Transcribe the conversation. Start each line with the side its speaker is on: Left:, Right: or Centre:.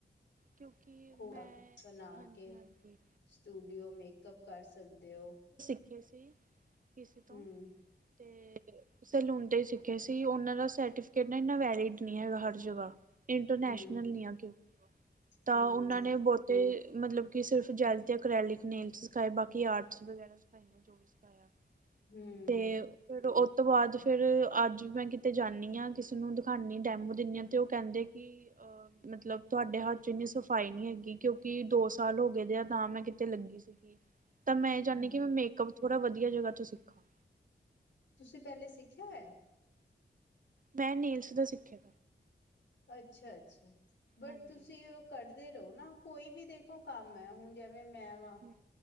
Right: ਕਿਉਂਕਿ,
Left: ਖੋੜਾ
Right: ਮੈਂ
Left: ਬਣਾ
Right: ਹਾਂਜੀ
Left: ਕੇ
Right: ਹਾਂਜੀ
Left: ਸਟੂਡੀਓ, ਮੇਕਅੱਪ ਕਰ ਸਕਦੇ ਹੋ
Right: ਕੀ ਸੀ, ਕਿਸੀ ਤੋਂ
Left: ਹੂੰ
Right: ਤੇ ਸੈਲੂਨ ਤੇ ਹੀ ਸਿੱਖ਼ਿਆ ਸੀ। ਉਹਨਾਂ ਦਾ ਸਰਟੀਫਿਕੇਟ, ਨਾ ਇਨਾ ਵੈਲਿਡ ਨਹੀਂ, ਹੈਗਾ ਹਰ ਜਗ੍ਹਾ ਇੰਟਰਨੈਸ਼ਨਲ
Left: ਹੂੰ
Right: ਨ ਆ ਕਿਉਂ, ਤਾਂ
Left: ਹੂੰ
Right: ਉਹਨਾਂ ਨੇ ਨੇ ਬਹੁਤੇ ਮਤਲਬ ਕਿ ਸਿਰਫ, ਜੈਲ ਤੇ ਅਕ੍ਰੈਲਿਕ ਨੇੇਲਸ ਸਿਖਾਏ ਬਾਕੀ ਆਰਟਸ ਵਗੈਰਾ, ਸਿਖਾਈਆਂ ਜੋ ਵੀ ਸਿਖਾਇਆ
Left: ਹੂੰ
Right: ਤੇ ਫਿਰ ਉਹ ਤੋਂ ਬਾਅਦ ਫੇਰ ਅੱਜ ਮੈਂ ਕਿਤੇ ਜਾਂਦੀ ਹਾਂ ਕਿਸੇ ਨੂੰ ਦਿਖਾਦੀ, ਡੈਮੋ ਦਿੰਦੀ ਹਾਂ, ਤੇ ਉਹ ਕਹਿੰਦੇ ਕੀ ਅ ਮਤਲਬ ਤੁਹਾਡੇ ਹੱਥ ਚ, ਇੰਨੀ ਸਫ਼ਾਈ ਨਹੀਂੀ ਹੈਗੀ ਕਿਉਂਕਿ, ਦੋ ਸਾਲ ਹੋ ਗਏ ਦੇ ਆ ਤਾਂ ਮੈਂ ਕਿਤੇ ਲੱਗੀ ਸੀ ਤਾਂ ਮੈਂ ਇਹ ਚਾਹਦੀ
Left: ਹਾਂ
Right: ਕਿ ਮੈਂ ਮੇਕਅਪ, ਥੋੜਾ ਵਧੀਆ ਜਗ੍ਹਾ ਚੋਂ ਸਿੱਖਾਂ
Left: ਤੁਸੀਂ ਪਹਿਲੇ, ਸਿੱਖਿਆ ਹੋਇਆ?
Right: ਮੈਂ ਨੇਲਸ ਤੋਂ ਸਿੱਖਿਆ
Left: ਅੱਛਾ- ਅੱਛਾ ਬਟ
Right: ਹਾਂਜੀ
Left: ਤੁਸੀਂ ਉਹ ਕੱਢਦੇ ਰਹੋ ਨਾ, ਕੋਈ ਵੀ ਦੇਖੋ ਕੰਮ ਹੈ ਹੁਣ ਜ ਮੈਂ ਵਾਂ,
Right: ਹਮ,